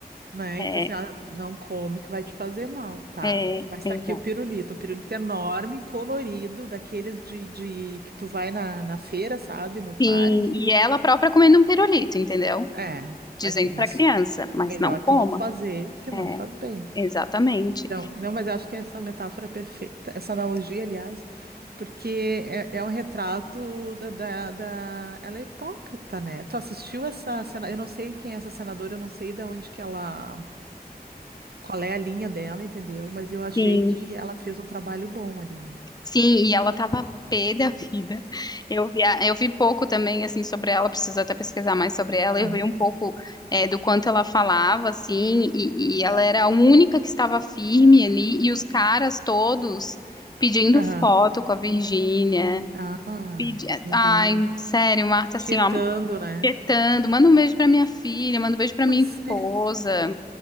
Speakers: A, on the right (about 70°); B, on the left (about 25°).
A: né?
B: É,
A: E diz assim, ah, não come que vai te fazer mal, tá?
B: é,
A: Mas
B: exato.
A: tá aqui o pirulito, um pirulito enorme, colorido, daqueles de, de que tu vai na, na feira, sabe? No parque.
B: Sim, e ela própria comendo um pirulito, entendeu?
A: É, mas,
B: Dizendo
A: mas
B: pra criança, mas
A: melhor
B: não coma.
A: tu não fazer que
B: É,
A: não faz bem.
B: exatamente.
A: Então, não, mas eu acho que essa metáfora é perfeita, essa analogia, aliás, porque é, é um retrato da, da, da- Ela é hipócrita, né? Tu assistiu essa cena? Eu não sei quem é essa senadora, eu não sei de onde que ela. qual é a linha dela, entendeu? Mas eu achei
B: Sim.
A: que ela fez um trabalho bom ali, né?
B: Sim, e ela tava pé da vida. Eu vi, a- eu vi pouco também, assim, sobre ela, preciso até pesquisar mais sobre ela.
A: Aham,
B: Eu vi um pouco, eh, do quanto ela falava, assim, e, e ela era a única que estava firme ali, e os caras todos pedindo
A: aham.
B: foto com a Virgínia.
A: Ah,
B: Pedi...
A: meu
B: Ai,
A: Deus.
B: sério, Marta, assim,
A: Tietando,
B: ó,
A: né?
B: petando, manda um beijo pra minha filha, manda um beijo pra
A: Pois
B: minha esposa.
A: é.